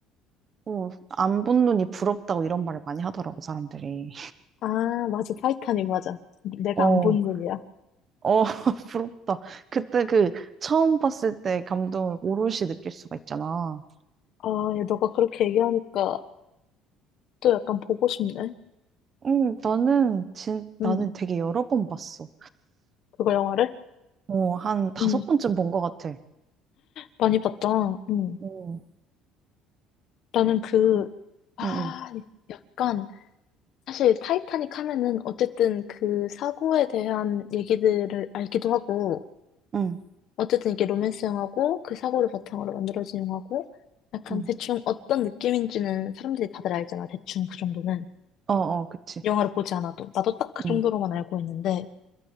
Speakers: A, on the right; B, on the left.
A: 어, 안 본 눈이 부럽다고 이런 말을 많이 하더라고, 사람들이.
B: 아, 맞아. 타이타닉 맞아. 내가
A: 어,
B: 안 본 눈이야.
A: 어, <laughs> 부럽다. 그때 그, 처음 봤을 때 감동을 오롯이 느낄 수가 있잖아.
B: 아, 야, 너가 그렇게 얘기하니까 또 약간 보고 싶네.
A: 응, 나는, 진, 나는
B: 응,
A: 되게 여러 번 봤어.
B: 그거 영화를?
A: 어, 한 다섯
B: 응,
A: 번쯤 본 것 같아.
B: 많이 봤다. 응.
A: 어,
B: 나는 그,
A: 그,
B: 아,
A: 응,
B: 약간, 사실 타이타닉 하면은 어쨌든 그 사고에 대한 얘기들을 알기도 하고,
A: 응, 응,
B: 어쨌든 이게 로맨스 영화고, 그 사고를 바탕으로 만들어진 영화고, 약간
A: 응.
B: 대충 어떤 느낌인지는 사람들이 다들 알잖아. 대충 그 정도는.
A: 어, 어, 그치.
B: 영화를 보지 않아도. 나도 딱 그
A: 응.
B: 정도로만 알고 있는데,